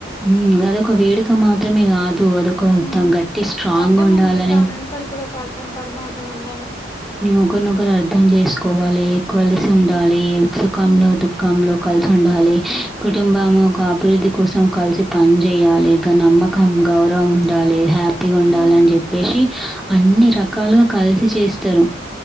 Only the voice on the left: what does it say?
హ్మ్
అర్థం
ఉంది దాని వెనకాల కూడా ఒక అర్థం పరమార్థం ఉందని
హ్మ్
హ్మ్
హ్మ్